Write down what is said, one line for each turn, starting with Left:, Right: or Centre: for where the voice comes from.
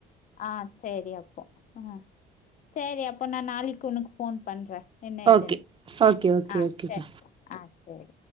Left: ஆஹ் சரி அப்போ ஆஹ் சரி அப்போ நான் நாளைக்கு உனக்கு போன் பண்றேன் என்னதுன்னு
Right: ஓகே ஓகே ஓகே
Left: ஆஹ்
Right: ஓகேக்கா
Left: சரி ஆஹ் சரி